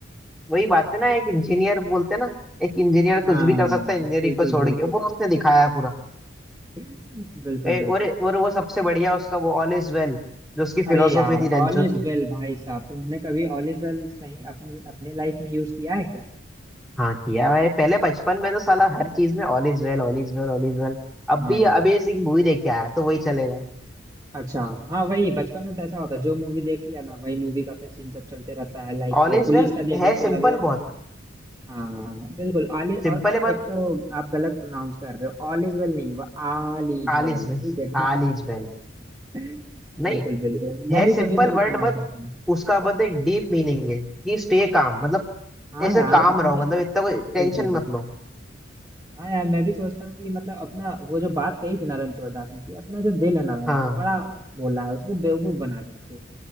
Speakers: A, in the centre; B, on the right (about 20°).
A: वही बात है ना एक इंजीनियर बोलते ना एक इंजीनियर
B: हाँ
A: कुछ भी कर सकता है इंजीनियरिंग
B: बिल्कुल
A: को छोड़
B: बिल्कुल
A: के वो उसने दिखाया है पूरा
B: <laughs> बिल्कुल
A: ए, और
B: बिल्कुल
A: और वो सबसे बढ़िया उसका वो ऑल इज वेल जो उसकी
B: अरे
A: फिलोसॉफी
B: यार
A: थी
B: ऑल
A: रेंचो
B: इज
A: की
B: वेल भाई साहब तुमने कभी ऑल इज वेल सही अपनी अपने लाइफ में यूज किया है क्या
A: हाँ किया है पहले बचपन में तो साला हर चीज में all is well all is well all is well
B: हाँ
A: अब भी
B: यार
A: अभी ऐसी मूवी देख के आया तो वही चलेगा
B: अच्छा हाँ वही बचपन में तो ऐसा होता है जो मूवी देख लिया ना वही मूवी का फिर सीन सब चलते रहता है लाइक
A: All is
B: पुलिस
A: well
B: का देख
A: है
B: लिया तो
A: सिंपल
B: लगेगा कि
A: बहुत
B: हाँ बिल्कुल ऑल इज
A: सिंपल
B: और, और
A: है बहुत
B: एक तो आप गलत प्रोनाउंस कर रहे हो ऑल इज वेल नहीं वो ऑल इज
A: All
B: वेल
A: is
B: है
A: well
B: ठीक है
A: All is well
B: <laughs>
A: नहीं
B: बिल्कुल बिल्कुल मैं
A: है
B: भी
A: सिंपल
B: कभी कभी
A: वर्ड
B: इस्तेमाल
A: बट
B: करता हूँ
A: उसका मतलब एक डीप मीनिंग है कि स्टे काम मतलब
B: हाँ
A: ऐसे
B: यार
A: काम
B: अपने
A: रहो मतलब इतना कोई टेंशन
B: बिल्कुल बिल्कुल
A: मत लो
B: हाँ यार मैं भी सोचता हूँ कि मतलब अपना वो जो बात कही थी ना रणछोड़दास ने कि अपना जो दिल है ना यार
A: हाँ
B: बड़ा बोला है उसको बेवकूफ बना के रखो